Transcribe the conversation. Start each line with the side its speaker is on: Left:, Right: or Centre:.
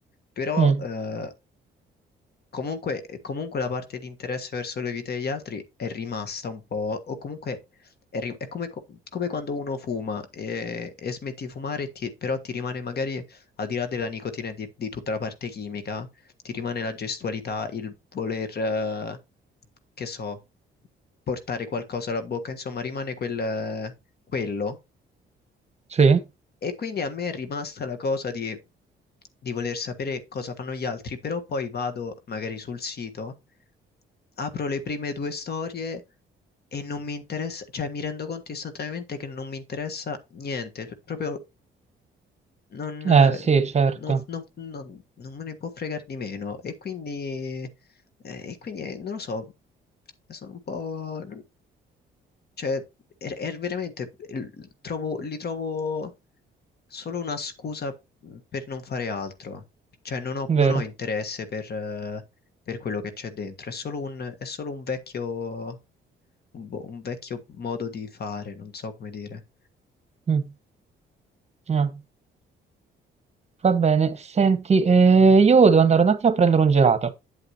Left: però
Right: Mm.
Left: eh, Comunque, eh, comunque la parte di interesse verso le vite degli altri è rimasta un po', o comunque è, ri- è come, co- come quando uno fuma e, e smetti di fumare, e ti- però ti rimane magari, al di là della nicotina e di, di tutta la parte chimica, ti rimane la gestualità, il voler, eh, che so, portare qualcosa alla bocca, insomma, rimane quel, eh, quello.
Right: Sì?
Left: E quindi a me è rimasta la cosa di di voler sapere cosa fanno gli altri, però poi vado magari sul sito apro le prime due storie e non mi interessa, cioè mi rendo conto istantaneamente che non mi interessa niente, proprio non,
Right: Eh sì, certo,
Left: non- non- non- non me ne può fregare di meno. E quindi, eh, e quindi eh, non lo so, sono un po'... Cioè, è, è veramente, eh, trovo- li trovo solo una scusa per non fare altro. Cioè, non ho,
Right: vero.
Left: non ho interesse per, eh, per quello che c'è dentro. È solo un, è solo un vecchio, un bo- un vecchio modo di fare, non so come dire.
Right: Mm. Ah, va bene, senti, eh, io devo andare un attimo a prendere un gelato.